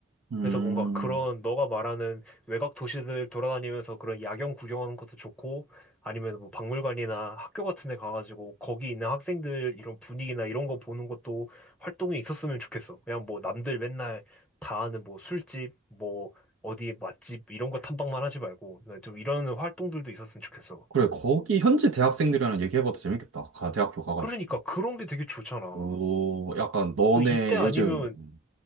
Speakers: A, on the right; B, in the centre.
A: 음.
B: 그래서 뭔가 그런 너가 말하는 외곽 도시들 돌아다니면서 그런 야경 구경하는 것도 좋고 아니면 뭐 박물관이나 학교 같은 데 가가지고 거기 있는 학생들 이런 분위기나 이런 거 보는 것도 활동이 있었으면 좋겠어. 그냥 뭐 남들 맨날 다 아는 뭐 술집, 뭐 어디 맛집 이런 거 탐방만 하지 말고 네, 좀 이런 활동들도 있었으면 좋겠어.
A: 그래, 거기 현지 대학생들이랑 얘기해봐도 재밌겠다. 가, 대학교 가가지고.
B: 그러니까 그런 게 되게 좋잖아.
A: 오, 약간 너네
B: 또 이때 아니면
A: 요즘, 음,